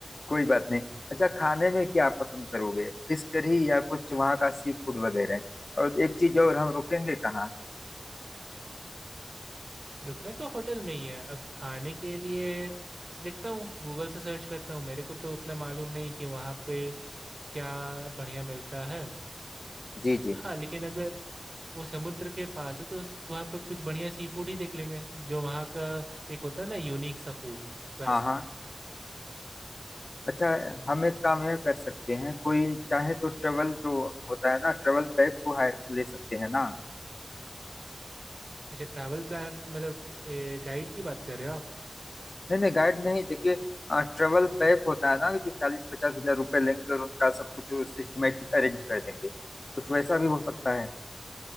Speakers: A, on the left; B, on the right.
A: कोई बात नहीं अच्छा खाने में क्या पसंद करोगे फिश करी या कुछ वहाँ का सी फूड वगैरह और एक चीज और हम रुकेंगे कहाँ
B: रुकना तो होटल में ही है अब खाने के लिए देखता हूँ गूगल से सर्च करता हूँ मेरे को तो उतना मालूम नहीं कि वहाँ पे क्या बढ़िया मिलता है
A: जी जी
B: हाँ लेकिन अगर वो समुद्र के पास है तो उस- वहाँ पे कुछ बढ़िया सी फूड ही देख लेंगे जो वहाँ का एक होता है ना यूनिक सा फूड वैसा
A: हाँ हाँ अच्छा हम एक काम यह कर सकते हैं कोई चाहे तो ट्रेवल जो होता है ना ट्रेवल पैक को हायर ले सकते हैं ना
B: अच्छा ट्रैवल प्लानर की मतलब गाइड की बात कर रहे हो आप
A: नहीं नहीं गाइड नहीं देखिए ट्रेवल पैक होता है ना जो चालीस पचास हजार रुपए लेंगे और उनका सब कुछ सिस्टमेटिक अरेंज कर देंगे कुछ वैसा भी हो सकता है